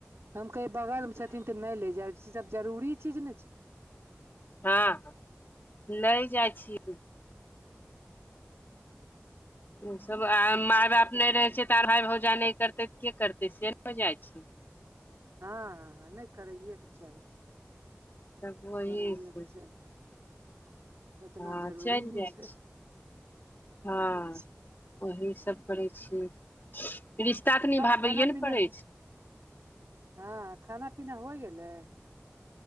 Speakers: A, on the right (about 85°); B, on the left (about 50°).
A: हम कहियै बगल मे छथिन तऽ नहि ले जाय ई सब जरूरी चीज ने छै
B: हँ लै जाय छियै उसभ आ माय
A: ठीके
B: बाप
A: करै
B: नहि रहै छै तऽ भाइ भौजाइ नहि करतै तऽ के करतै से न हो जाइ छै
A: हँ हँ हँ नहि करैएके चाही
B: सब वही
A: करैएके
B: से
A: चाही उतना
B: हँ
A: जरूरी
B: चलि
A: ने
B: जाइ
A: छै
B: छी हँ
A: अच्छा
B: ओही सब करै छियै रिश्ता तऽ निभाबैेए
A: खाना
B: ने
A: पीना
B: पड़ै छै
A: हँ खाना पीना होइ गेलै